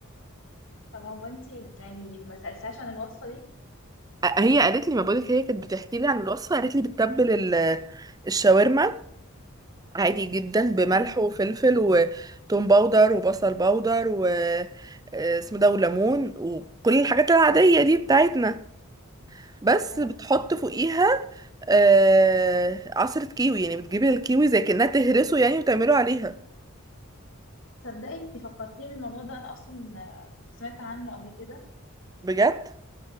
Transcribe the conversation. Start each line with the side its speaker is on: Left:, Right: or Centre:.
Left: طب هو انت يعني ما سالتهاش عن الوصفه دي
Right: هي قالت لي ما بقولك هي كانت بتحكي لي عن الوصفه قالت لي بتتبل ال- الشاورما عادي جدا بملح
Left: امم
Right: وفلفل وتوم باودر وبصل باودر و آه، اسمه ده وليمون وكل الحاجات العاديه دي بتاعتنا بس
Left: ايوه
Right: بتحط فوقيها آه عصرة كيوي يعني بتجيبي الكيوي زي كأنها تهرسه يعني وتعمله عليها
Left: تصدقي انت فكرتيني بالموضوع ده انا اصلا آه، كنت سمعت عنه قبل كده
Right: بجد